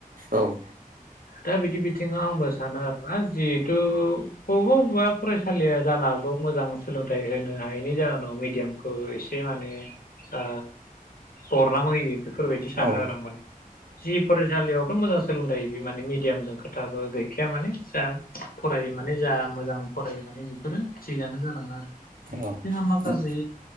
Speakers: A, on the right; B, on the left.
A: औ
B: दा बिदि बिथिङाव आंबो सानो आरोना जिहेथु अबाव बा फरायसालिया जानो हागौ मोजां सोलोंथाइ होनो हायैनि जाहोनाव मिडियामखौ एसे माने ओ बरनाम होयो बेफोरबायदि सानो
A: औ
B: आरो आं माने जि फरायसालियाव थ मोजां सोलोंदायो बे माने मिडियामजों खोथाबो गैखाया माने जा फरायो माने जा मोजां फरायोननानै बेफोरो थिगानो जालाङो आरो
A: औ
B: जोंहा माखासे
A: औ